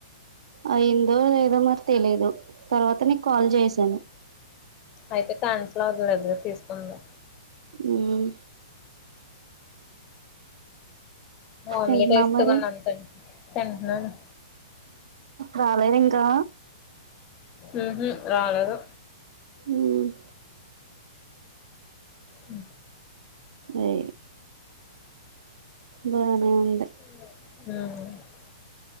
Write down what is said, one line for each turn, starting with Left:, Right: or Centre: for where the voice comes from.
Right: అయిందో లేదో మరి తెలీదు తర్వాత నీకు కాల్ చేశాను
Left: అయితే <inaudible> తీసుకుందా
Right: ఉమ్
Left: ఆమ్లెట్
Right: తింటున్నావా
Left: వేస్తుగున్న
Right: మరి
Left: అంతే తింటన్నాను
Right: రాలేదు ఇంకా
Left: ఉ హ్మ్ రాలేదు
Right: ఉమ్
Left: అ
Right: ఏ బాగుంద్
Left: హ్మ్